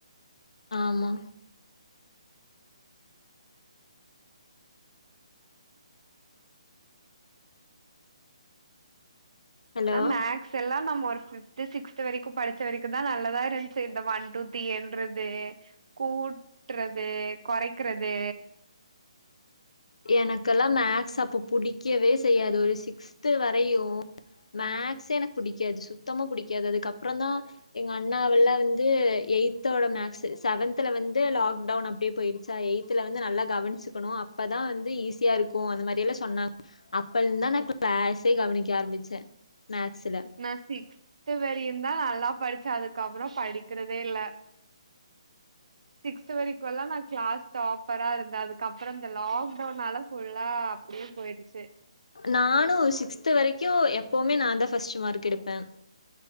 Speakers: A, on the left (about 80°); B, on the right (about 75°).
A: ஆமா ஹலோ!
B: ஆனா மேக் ஸ் எல்லா நம்ம ஒரு பிஃப்து சிக்ஸ்த் வரைக்கு படிச்ச வரைக்குதா நல்லதா இருந்துச்சு இந்த ஒன் டூ த்ரீ என்றது கூட்டுறது கொறைக்கிறது
A: எனக்கெல்லா மேக்ஸ் அப்ப புடிக்கவே செய்யாது ஒரு சிக்ஸ்த்து வரையு மேக்ஸ்சே எனக்கு புடிக்காது சுத்தமா புடிக்காது அதுக்கப் பறோ தா எங்க அண்ணாவெல்லா வந்து எயித் தோட மேக்ஸ் செவன்த்தல வந்து லாக் டவுன் அப்டியே போயிடுச்சா எயித்தல வந்து நல்லா கவனிச்சுக்கணு அப்பதா வந்து ஈஸியா இருக்கு அந்த மாதிரில்லா சொன்னாங் அப்ப இருந்துதா நா கிளாஸே கவனிக்க ஆரம்பிச்சே மேக்ஸ்ல
B: நா சிக்ஸ்து வரையுந்தா நல்லா படிச்ச அதுக்கப்றோ படிக்கிறதே இல்ல சிக்ஸ்த்து வரைக்குல்லா நா கிளாஸ் டாப்பரா இருந்தே அதுக்கப்றோ இந்த லாக்டவுனால ஃபுல்லா அப்டியே போயிடுச்சு
A: நானு சிக்ஸ்த் வரைக்கு எப்பவுமே நா தா ஃபர்ஸ்ட் மார்க் எடுப்பே